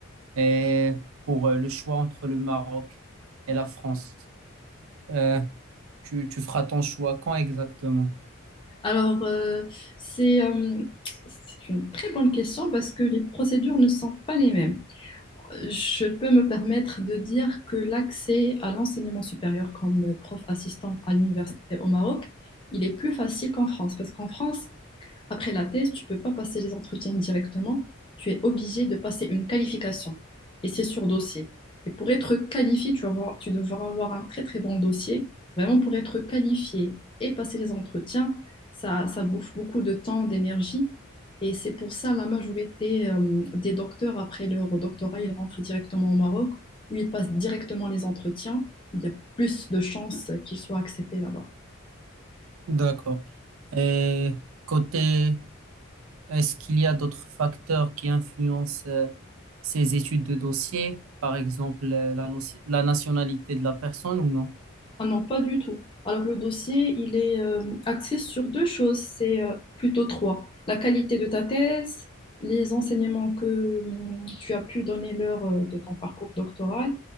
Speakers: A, on the right; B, on the left.
A: Et pour euh, le choix entre le Maroc et la France, euh, tu tu feras ton choix quand exactement?
B: alors, euh, c'est euh, c'est une très bonne question parce que les procédures ne sont pas les mêmes. je peux me permettre de dire que l'accès à l'enseignement supérieur comme prof assistant à l'université au Maroc, il est plus facile qu'en France, parce qu'en France, après la thèse, tu ne peux pas passer les entretiens directement. Tu es obligé de passer une qualification. Et c'est sur dossier. Et pour être qualifié, tu, vas avoir- tu devras avoir un très très bon dossier. Vraiment, pour être qualifié et passer les entretiens, ça, ça bouffe beaucoup de temps, d'énergie. Et c'est pour ça la majorité euh, des docteurs, après leur doctorat, ils rentrent directement au Maroc, où ils passent directement les entretiens. Il y a plus de chances qu'ils soient acceptés là-bas.
A: D'accord. Et côté, est-ce qu'il y a d'autres facteurs qui influencent euh, ces études de dossier, par exemple euh, la, noci- la nationalité de la personne ou non?
B: Ah non, pas du tout. Alors le dossier, il est euh, axé sur deux choses, c'est euh, plutôt trois. La qualité de ta thèse, les enseignements que hum, tu as pu donner lors euh, de ton parcours doctoral,